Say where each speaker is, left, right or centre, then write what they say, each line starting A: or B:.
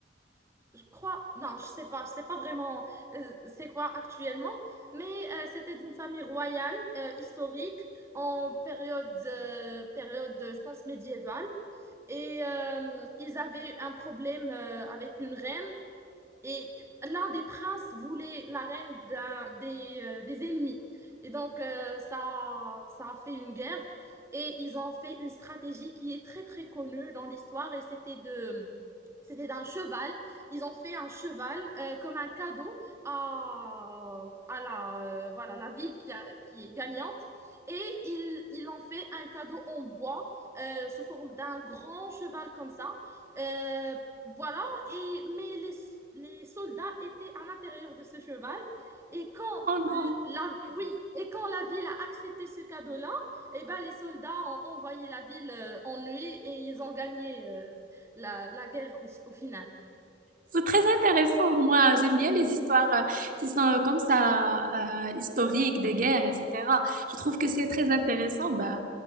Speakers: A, on the right (about 15°); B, on the right (about 50°).
A: je crois, non, je sais pas, je sais pas vraiment euh, c'est quoi actuellement, mais euh, c'était d'une famille royale, euh, historique, en période, euh, période, je pense, médiévale. Et euh, ils avaient un problème euh, avec une reine et l'un des princes voulait la reine d'un- des, euh, des ennemis. Et donc, euh, ça, ça a fait une guerre. Et ils ont fait une stratégie qui est très, très connue dans l'histoire. Et c'était de, c'était d'un cheval. Ils ont fait un cheval euh, comme un cadeau à, à la, euh, voilà, la ville qui, a- qui est gagnante. Et ils, ils ont fait un cadeau en bois euh, sous forme d'un grand cheval comme ça. Euh, voilà, et, mais les, les soldats étaient à l'intérieur de ce cheval. Et quand
B: Oh non,
A: la, oui, et quand la ville a accepté ce cadeau-là, eh ben, les soldats ont envoyé la ville euh, en nuit et ils ont gagné euh, la, la guerre en- au final.
B: C'est très intéressant, moi. J'aime bien les histoires euh, qui sont comme ça, euh, historiques, des guerres, etc. Je trouve que c'est très intéressant. Bah,